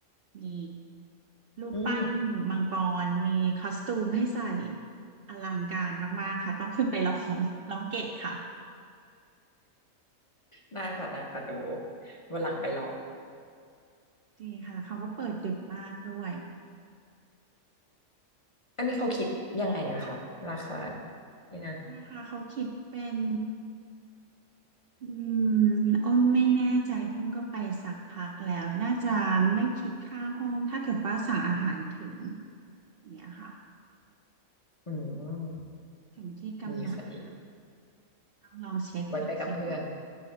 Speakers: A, on the right; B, on the left.
A: มีรูปปั้นมังกรมีคอสตูมให้ใส่
B: อืม
A: อลังการมากๆค่ะต้องขึ้นไปร้อง <laughs> ร้องเกะค่ะ
B: ได้ค่ะได้ค่ะเดี๋ยววันหลังไปลอง
A: ดีค่ะแล้วเขาก็เปิดดึกมากด้วย
B: อันนี้เขาคิดยังไงอะค่ะราคาที่นั่น
A: ราคาเขาคิดเป็น อืมอ้นไม่แน่ใจเพิ่งก็ไปสักพักแล้วน่าจะไม่คิดค่าห้องถ้าเกิดว่าสั่งอาหารถึงเนี่ยค่ะ
B: อืม
A: ถึงที่กำหนดค่ะ
B: ดีค่ะดี
A: ต้องลองเช็คอีกที
B: ไว้ไปกับเพื่อน